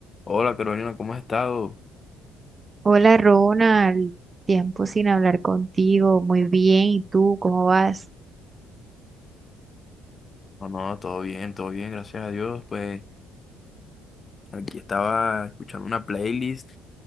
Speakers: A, on the left (about 35°); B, on the right (about 30°).
A: Hola Carolina, ¿cómo has estado?
B: Hola Ronald, tiempo sin hablar contigo, muy bien, ¿y tú cómo vas?
A: No, no, todo bien, todo bien, gracias a Dios. Pues aquí estaba escuchando una playlist